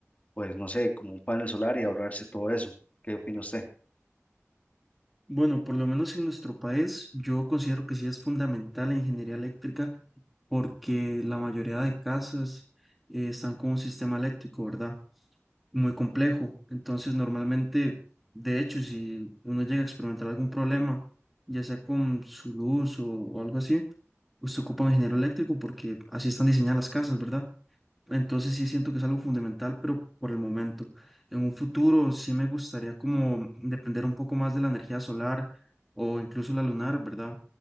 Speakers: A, on the left; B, in the centre.
A: pues no sé, como un panel solar y ahorrarse todo eso. ¿Qué opina usted?
B: Bueno, por lo menos en nuestro país, yo considero que sí es fundamental la ingeniería eléctrica porque la mayoría de casas eh, están con un sistema eléctrico, ¿verdad? Muy complejo. Entonces, normalmente, de hecho, si uno llega a experimentar algún problema, ya sea con su luz o, o algo así, pues se ocupa un ingeniero eléctrico porque así están diseñadas las casas, ¿verdad? Entonces sí siento que es algo fundamental, pero por el momento. En un futuro sí me gustaría como depender un poco más de la energía solar o incluso la lunar, ¿verdad?